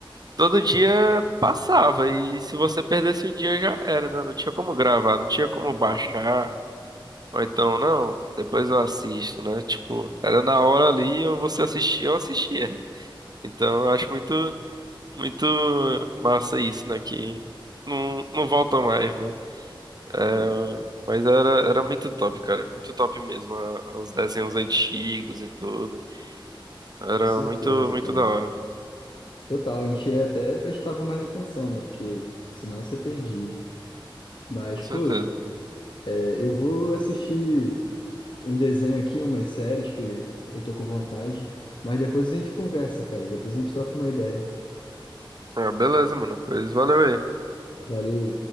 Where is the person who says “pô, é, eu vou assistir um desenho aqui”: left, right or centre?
Left